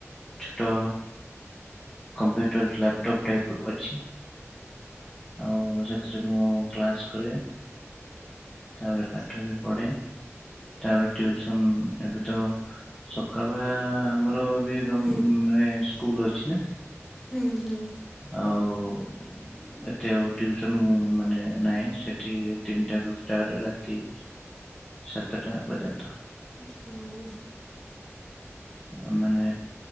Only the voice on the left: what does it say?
ଛୋଟ କମ୍ପ୍ୟୁଟର୍ ଲ୍ୟାପଟପ୍ ଟାଇପର ଅଛି। ଆଉ ସେଥିରେ ମୁଁ କ୍ଲାସ୍ କରେ। ତାପରେ ପାଠ ବି ପଢେ। ତାପରେ ଟିଉସନ ଏବେ ତ ସକାଳୁଆ ଆମର ମାନେ କଁ
ମାନେ ସ୍କୁଲ ଅଛି ନା
ଆଉ ଏତେ ଆଉ ଟିଉସନକୁ ମାନେ ନାଇଁ ସେଠି ତିନଟା ରୁ ଷ୍ଟାର୍ଟ ରାତି ସାତଟା ପର୍ଯ୍ୟନ୍ତ।
ଆ ମାନେ